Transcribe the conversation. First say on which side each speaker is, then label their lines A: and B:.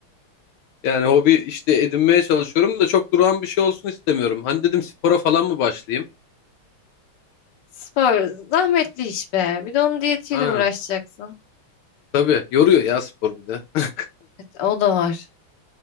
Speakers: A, on the left; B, on the left.
A: Yani hobi işte edinmeye çalışıyorum da çok durağan bir şey olsun istemiyorum. Hani dedim spora falan mı başlayayım?
B: Spor zahmetli iş be. Bir de onun diyetiyle
A: Aynen.
B: uğraşacaksın.
A: Tabii yoruyor ya spor bir de. <laughs>
B: Evet, o da var.